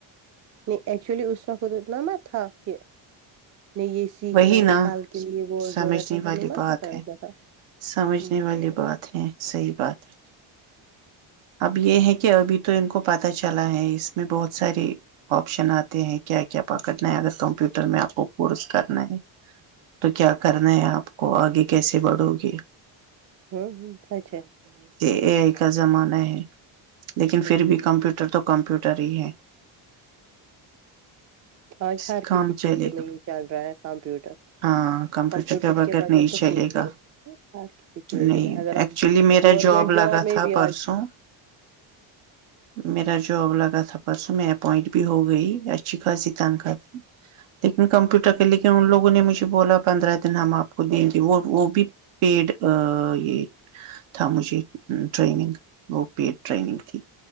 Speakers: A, on the right; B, on the right.
A: نہیں ایکچولی اس وقت تو اتنا مت تھا کہ نہیں یہ سیکھنا
B: وہی
A: ہے
B: نا
A: کل کے لیے وہ
B: سمجھنے
A: ضرورت ہے
B: والی
A: ہمیں مت
B: بات
A: پتا
B: ہے
A: اتنا تھا
B: سمجھنے
A: ہوں
B: والی بات ہے صحیح بات ہے اب یہ ہے کہ ابھی تو ان کو پت چلا ہے اس میں بہت سارے آپشن آتے ہیں کیا کیا کیا پکڑنا ہے اگر
A: ہاں
B: کمپیوٹر میں آپ کو پس کرنا ہے تو کیا کرنا ہے آپ کو آگے کیسے بڑو گے
A: ہوں ہ سچ ہے
B: ایک <unintelligible> کا زمانہ ہے لیکن
A: ہوں
B: پھر بھی کمپیوٹر تو کم کپوٹر ہی ہے
A: آج
B: سے
A: ہر
B: کام
A: کسی فیلڈ
B: چلے
A: میں
B: گا
A: یہ چل رہا ہے کمپیوٹر
B: ہاں
A: کمپیوٹر کے بغیر
B: نہیں
A: تو
B: چلے
A: کچھ بھی
B: گا
A: نہیں ہر کسی فیلڈ
B: نہیں
A: میں اگر
B: ایکچولی
A: آپ
B: میرا
A: گورنمنٹ
B: لگا
A: جاب میں
B: تھا
A: بھی
B: پرسوں
A: آج
B: میرا جاب لگا تھا پرسوں میں اپوائنٹ بھی ہو گئی اچھی خاصی تنخواہ تھی لیکن کمپیوٹر کے لیکن ان لوگوں نے مجھے بولا پندرہ دن ہم آپ کو دیں گے وہ وہ بھی پیڈ یہ تھا مجھے ٹرینگ پیڈ ٹریننگ تھی